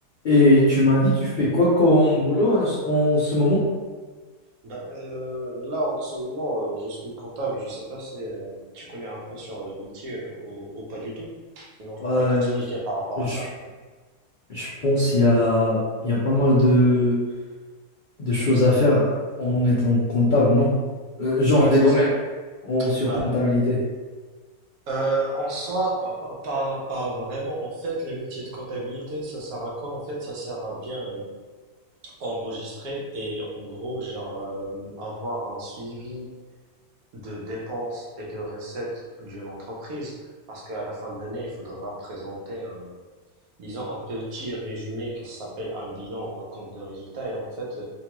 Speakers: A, on the left; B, on the right.
A: Et tu m'as dit, tu fais quoi comme boulot en, ce en ce moment?
B: Bah, euh, là, en ce moment, euh, je suis comptable. Je sais pas si euh, tu connais un peu sur le métier euh, ou, ou pas du tout. Sinon, je
A: Euh,
B: pourrais t'expliquer par rapport
A: je,
B: à
A: je-
B: ça.
A: je pense qu'il y a, il y a pas mal de, de choses à faire en étant comptable, non? Euh, genre
B: Ouais,
A: des
B: c'est
A: domaines
B: ça.
A: en- sur
B: Bah,
A: comptabilité.
B: euh, en soi, pas, pas, pas, pas vraiment. En fait, le métier de comptabilité, ça sert à quoi? En fait, ça sert à bien euh, enregistrer et en gros, genre, euh, avoir un suivi de dépenses et de recettes d'une entreprise. Parce qu'à la fin de l'année, il faudra présenter disons, un petit résumé qui s'appelle un bilan, un compte de résultat. Et en fait,